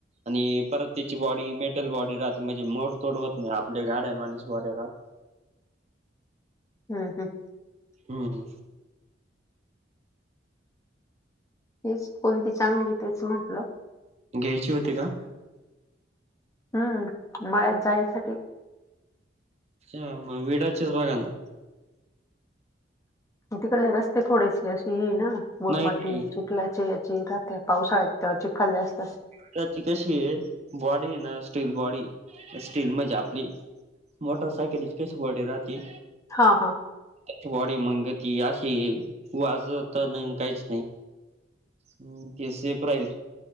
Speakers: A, on the right (about 35°); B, on the left (about 15°).
A: आणि परत तीची बॉडी मेटल बॉडी राहते. म्हणजे मोड तोड होत नाही. आपल्या गाड्यावाणीच बॉडी राहाते.
B: हम्म हम्म.
A: हम्म हम्म.
B: तेच, कोणती चांगली तेच म्हटलं.
A: घ्यायची होती का?
B: हम्म. मळ्यात जायसाठी.
A: अ म विेडाचीच बघा ना.
B: तिकडले रस्ते थोडेसे असे हेय ना. मुरमाटी,
A: नाही नाही
B: चिखलाचे याचे राहात्या. पावसाळ्यात त चिखल जास्त
A: त्याचि कशीये. बॉडीय ना स्टील बॉडीय. स्टील म्हणजे आपली, मोटरसायकलीची कशी बॉडी राहती.
B: हा ह.
A: त्या बॉडी मंगती अशी. वाजत नाही काहीच नाही. हम्म. ते सेप राहिल.